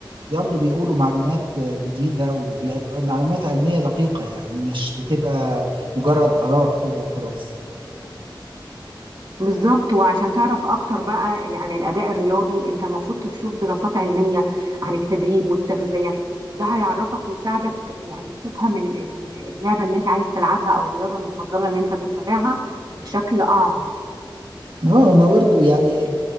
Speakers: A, on the right (about 75°); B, on the right (about 50°).
A: برضه بيقولوا معلومات جديده ومعلومات علميه دقيقه يعني مش بتبقى مجرد اراء كده وخلاص
B: بالظبط وعشان تعرف اكتر بقى عن الاداء الرياضي انت المفروض تشوف دراسات علمية عن التدريب والتغذية ده هيعرفك ويساعدك يعني تفهم ال- ال- اللعبة اللي انت عايز تلعبها او الرياضة المفضلة اللي انت بتتابعها بشكل اعمق
A: اه ما برضو يعني ال...